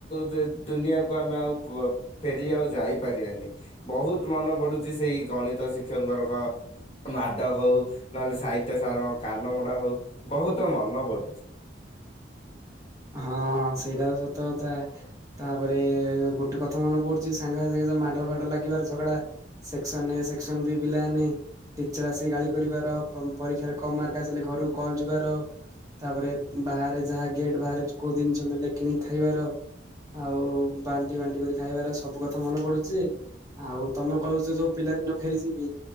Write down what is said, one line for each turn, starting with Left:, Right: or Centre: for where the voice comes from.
Left: ଦୁ-ଦୁନିଆ ତାକୁ ଆମେ ଆଉ ପ-ଫେରି ଆଉ ଯାଇପାରିବାନି। ବହୁତ ମନେ ପଡୁଛି ସେଇ ଗଣିତ ଶିକ୍ଷକଙ୍କର ମାଡ ହଉ, ନହେଲେ ସାହିତ୍ୟ ସାରଙ୍କ କାନମୋଡ଼ା ହଉ, ବହୁତ ମନେ ପଡ଼ୁଛି।
Right: ହଁ ସେଇଟା ତ ସତ କଥା। ତାପରେ ଗୋଟେ କଥା ମନେ ପଡୁଛି ସାଙ୍ଗ ସାଙ୍ଗେ ଯେ ମାଡଗୋଳ ଫାଡଗୋଳ ଲାଗିବାର ଝଗଡା ସେକ୍ସନ ଏ, ସେକ୍ସନ ବି ପିଲାମାନେ ଟିଚର ଆସିକି ଗାଳି କରିବାର, ପ-ପରୀକ୍ଷାରେ କମ୍ ମାର୍କ ଆସିଲେ ଘରକୁ କଲ୍ ଯିବାର ତାପରେ ବାହାରେ ଯାହା ଗେଟ ବାହାରେ କୋଉ ଜିନିଷ ମିଳିଲେ କିଣିିକି ଖାଇବାର ଆଉ ବାଣ୍ଟି ବାଣ୍ଟି କରି ଖାଇବାର, ସବୁ କଥା ମନେ ପଡୁଛି ଯେ ଆଉ ତମେ କହୁଛ ଯୋଉ ପିଲାଦିନ ଫେରିଯିବି,